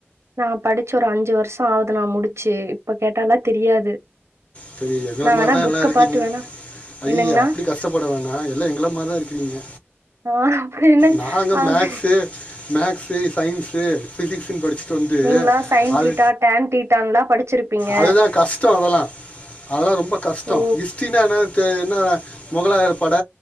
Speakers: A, on the right; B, on the left.
A: நான் படிச்ச ஒரு அஞ்சு வருஷம் ஆகுது நான் முடிச்சு இப்ப கேட்டாலா தெரியாது
B: செரி எங்கள
A: நான்
B: மார்தான்
A: வேணா புக்க
B: எல்லாம் இருக்கீங்க
A: பாத்து வேணா
B: ஐய்யய்ய
A: என்னங்கண்ணா?
B: அப்டி கஷ்டப்பட வேண்ணா எல்லாம் எங்கள மார்தான் இருக்கிறீங்க
A: ஆ அப்புறம் என்னங்க?
B: நாங்க
A: அங்க
B: மேக்ஸு மேக்ஸ்சு சயின்ஸ்சூ பிசிக்ஸ்சு படிச்சு வந்து
A: நீங்களா சைன்
B: அது
A: தீட்டா, டான் தீட்டான்லாம் படிச்சிருப்பீங்க.
B: அதுதான் கஷ்டம் அதெல்லாம் அதெல்லாம் ரொம்ப கஷ்டம்
A: ஓ!
B: ஹிஸ்ட்ரிநா தே என்ன முகலாயர் பட